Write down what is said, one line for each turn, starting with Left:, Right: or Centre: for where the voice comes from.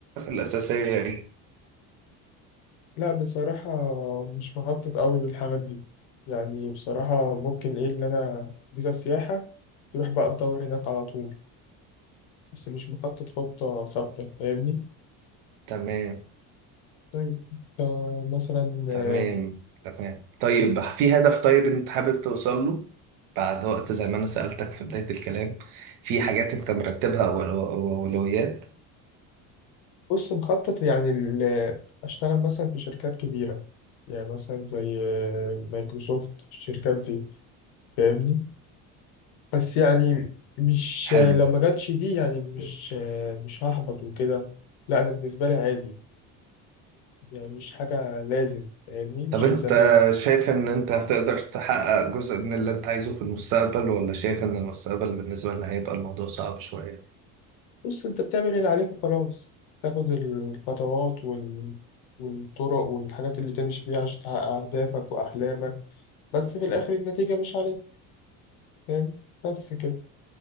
Right: الاساسية ايه
Left: لا بصراحة مش مخطط قوي بالحاجات دي يعني بصراحة ممكن إيه اللي أنا فيزا سياحة تروح بقى تدور هناك على طول بس مش مخطط خطة ثابتة فاهمني
Right: تمام
Left: طيب آه، مثلا
Right: تمام
Left: آه،
Right: تمام طيب في هدف طيب انت حابب توصل له بعد وقت زي ما انا سألتك في بداية الكلام في حاجات انت مرتبها وأولو- واولويات
Left: بص مخطط يعني ال- أشتغل مثلا في شركات كبيرة يعني مثلا زي آه، مايكروسوفت الشركات دي فاهمني بس يعني مش
Right: حلو
Left: لو ما جاتش دي يعني مش مش هحبط وكده لا انا بالنسبه لي عادي يعني مش حاجه لازم فاهمني مش
Right: طب انت
Left: الزاميه
Right: شايف ان انت هتقدر تحقق جزء من اللي انت عايزه في المستقبل ولا شايف ان المستقبل بالنسبة لنا هيبقى الموضوع صعب شوية
Left: بص انت بتعمل اللي عليك وخلاص تاخد الخطوات وال... والطرق والحاجات اللي تمشي فيها عشان تحقق اهدافك واحلامك بس في الاخر النتيجه مش عليك فاهم بس كده